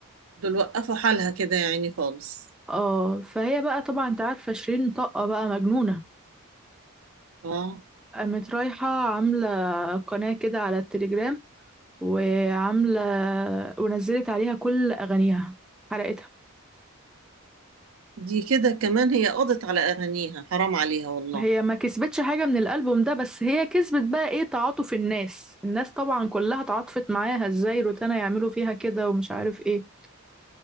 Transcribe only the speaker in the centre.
اه فهي بقى طبعا انت عارفة شيرين طاقة بقى مجنونة
قامت رايحة عاملة قناة كده على التليجرام وعاملة ونزلت عليها كل أغانيها حرقتها
هي ما كسبتش حاجة من الألبوم ده بس هي كسبت بقى ايه تعاطف الناس الناس طبعا كلها تعاطفت معاها ازاي روتانا يعملوا فيها كده ومش عارف ايه